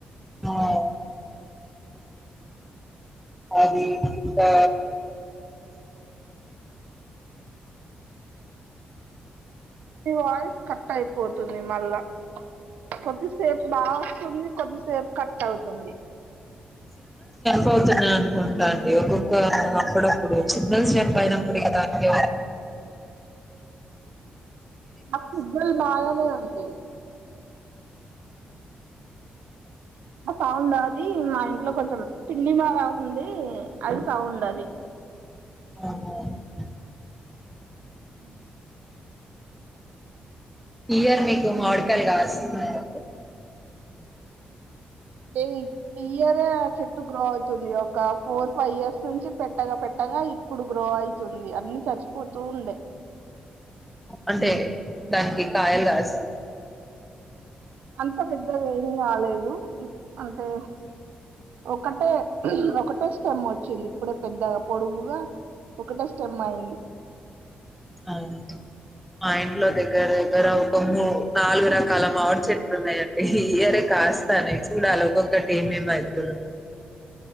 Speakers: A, in the centre; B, on the right.
A: అవి అది ఇంకా
B: వాయిస్ కట్ అయిపోతుంది మళ్ళా ప సేపు బా వస్తుంది కొద్దిసేపు కట్ అవుతుంది
A: పోతున్నా అనుకుంటాండి ఒక్కొక్క అప్పుడప్పుడు సిగనల్స్ వ్యాపయారం ప్రదా అంకే
B: మాకు సిగ్నల్ బాగానే ఉంది అ సౌండ్ అది మా ఇంట్లో కొంచెం తిండి మ ఉంది అది సౌండ్ అది
A: అవు
B: మ్
A: ఇయర్ మీకు మావిడికాయలు కస్తున్నాయా అండి
B: ఇ ఇయర్ చెట్టు గ్రో అవుతుంది, ఒక ఫోర్ ఫైవ్ ఇయర్స్ నుంచి పెట్టగా పెట్టగా, ఇప్పుడు గ్రో అయితుంది అన్ని చచ్చిపోతూ ఉండే
A: అంటే దానికి కాయలు కాదు సార్
B: అంత పెద్ తది రాలేదు అంటే ఒకటే ఒకటే స్టెమ్ వచ్చింది ఇప్పుడే పెద్దగా పొడుగుగా ఒకటే స్టెమ్ అయ్
A: అవును మా ఇంట్లో దగ్గర దగ్గర ఒక మూ నాలుగు రకాల ఆర్చెట్లున్నాయంటే ఇయరే కాస్తానే చూడాలి ఒక్కొక్కటి ఏమే అతు